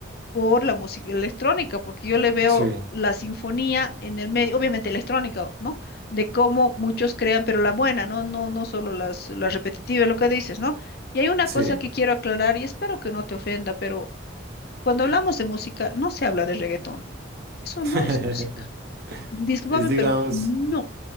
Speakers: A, on the left; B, on the right.
A: por la música electrónica, porque yo le veo
B: Sí,
A: la sinfonía en el medio, obviamente electrónica, ¿no? De cómo muchos crean, pero la buena, ¿no? No, no solo las, las repetitivas, lo que dices, ¿no? Y hay una
B: sí.
A: cosa que quiero aclarar y espero que no te ofenda, pero cuando hablamos de música, no se habla de reggaetón. Eso
B: <laughs>
A: no es música. Discúlpame,
B: Es, digamos.
A: pero no,